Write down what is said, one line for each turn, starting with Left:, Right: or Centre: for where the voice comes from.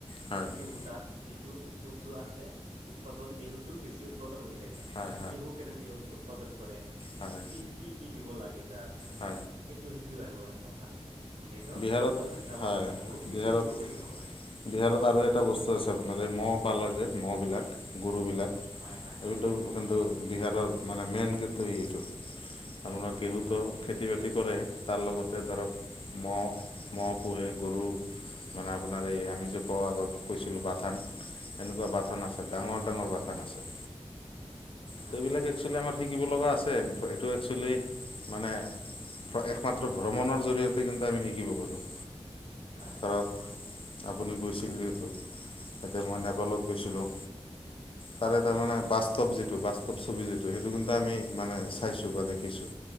Left: হয়
Right: গেহু তাত যিটো বস্তু আছে, উৎপাদন গেহুটোত বেছি উৎপাদন হৈ থাক তাত
Left: হয়
Right: গেহু কেনেকে উৎ উৎপাদন কৰে
Left: হয়।
Right: কি কি কি দিব লাগে তাত?
Left: অ।
Right: এইটো শিকি আহিব পা পাৰোঁ সেইকাৰণত
Left: বিহাৰত
Right: বা বাহিৰত যাব
Left: হয়
Right: লাগে, বহুত
Left: বিহাৰত
Right: কিছু শিকিব পাৰি আমালোকে।
Left: বিহাৰত আৰু এটা বস্তু আছে আপোনাৰ এই মহ পাল যে মহ'বিলাক, গৰুবিলাক।
Right: হয় হয় হয়।
Left: অলপটো অ কিন্তু
Right: হয় হয়
Left: বিহাৰৰ মানে মেইন কিন্তু এইটো আপোনাৰ ঘেহুটো
Right: হয় হয়
Left: খেতি
Right: হয়
Left: - বাতি
Right: সেইটোৱেই
Left: কৰে তাৰ লগতে ধৰক মহ ম'হ পোহে, গৰু মানে আপোনাৰ এই আমি যে কও আগত কৈছিলোঁ বাথান তেনেকুৱা বাথান আছে,
Right: হয়
Left: ডাঙৰ - ডাঙৰ বাথান আছে।
Right: হয়
Left: ত এইবিলাক
Right: হয়
Left: একচুৱেলি আমাৰ শিকিব লগা আছে, এইটো একচুৱেলি মানে প একমাত্ৰ ভ্ৰমণৰ জৰিয়তে কিন্তু আমি শিকিব পাৰোঁ।
Right: হয়
Left: ধৰক
Right: হয় হয়।
Left: আপুনি কৈছিল যিহেতু এতিয়া মই নেপালত গৈছিলোঁ। তাৰে এটা
Right: হয়
Left: মানে
Right: হয়
Left: বাস্তৱ যিটো বাস্তৱ ছবি যিটো সেইটো কিন্তু আমি মানে চাইছো বা দেখিছো।